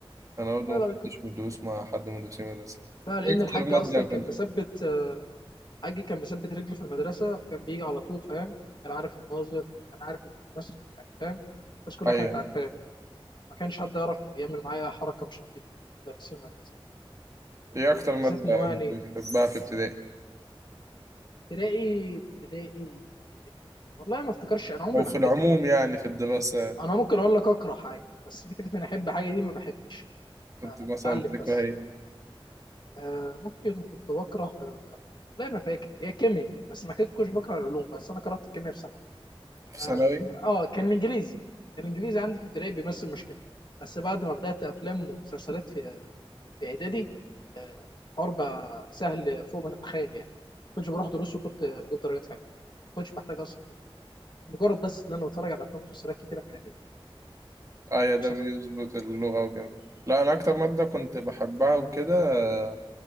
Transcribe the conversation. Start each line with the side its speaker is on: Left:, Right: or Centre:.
Right: انا برضه
Left: لا
Right: ما
Left: لا
Right: خدتش
Left: كنت
Right: مدروس مع حد من مدرسين المدرسه
Left: لا لان
Right: إيه اكتر
Left: الحاج
Right: ماده
Left: اصلا
Right: كنت
Left: كان مثبت حاجي كان مثبت رجلي في المدرسه فكان بيجي على طول فاهم كان عارف الناظر كان عارف الناس يعني فاهم الناس كلها
Right: ايوه
Left: كانت عارفاه ما كانش حد يعرف يعمل معايا حركه مش لطيفه مدرسين وهكذا
Right: ايه اكتر
Left: وبالذات
Right: ماده
Left: ان هو يعني
Right: كنت بتحبها في ابتدائي
Left: تلاقي تلاقي والله ما افتكرش انا عمري
Right: او في
Left: ما حبيت
Right: العموم
Left: ماده
Right: يعني في الدراسه
Left: انا ممكن اقول لك اكره حاجه بس فكره اني احب حاجه دي ما بحبش
Right: كنت
Left: أنا
Right: مثلا
Left: بتعلم
Right: بتكره
Left: بس
Right: ايه
Left: آه ممكن كنت بكره آه لا ما فاكر هي كيمياء بس ما كنت كنتش بكره العلوم بس انا كرهت الكيمياء في ثانوي
Right: في
Left: اه
Right: ثانوي
Left: آه، كان الانجليزي كان الانجليزي عندي في ابتدائي بيمثل مشكله بس بعد ما بدات افلام ومسلسلات في في اعدادي آه اربع سهل فوق ما تتخيل يعني كنتش بروح دروس وكنت بجيب درجات حلوه كنتش بحتاج اصلا دروس مجرد بس ان انا بتفرج على افلام ومسلسلات كتيره في اعدادي
Right: ايوه ده
Left: وثانوي
Right: بيظبط
Left: يعني
Right: اللغه وكده لا انا اكتر ماده كنت بحبها وكده آه،